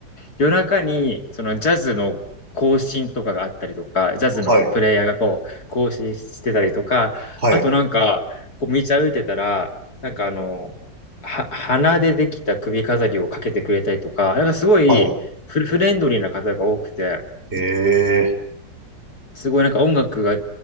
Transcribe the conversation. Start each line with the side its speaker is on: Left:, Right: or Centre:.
Left: 夜中に、そのジャズの更新とかがあったりとか、ジャズのプレイヤーがこう、
Right: はい。
Left: 更新してたりとか、
Right: はい。
Left: あとなんか、こう道歩いてたら、なんかあの、は、花でできた首飾りをかけてくれたりとか、なんかすごいフルフレンドリーな方が多くて、
Right: はい。ええ。
Left: すごいなんか音楽が、